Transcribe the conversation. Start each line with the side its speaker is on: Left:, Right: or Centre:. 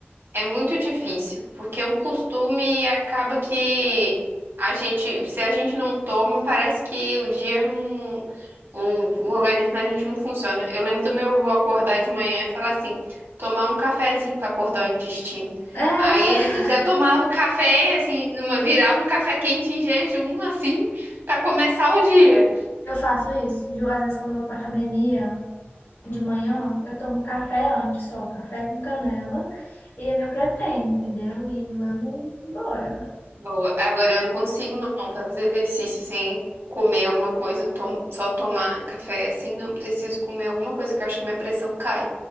Right: É muito difícil, porque é um costume e acaba que a gente, se a gente não toma, parece que o dia não, o, o organismo da gente não funciona. Eu lembro do meu avô acordar de manhã e falar assim, tomar um cafezinho para acordar o intestino.
Left: É,
Right: Aí já tomava o café, assim, numa- virava um café quente em jejum, assim, para começar o dia.
Left: eu faço isso, viu? Às vezes quando eu vou pra academia de manhã, eu tomo café antes só, café com canela, e é meu pré-treino, entendeu? E vamos embora.
Right: Boa. Agora eu não consigo não fazer exercício sem comer alguma coisa, tom- só tomar café assim, não preciso comer alguma coisa, que eu acho que minha pressão cai.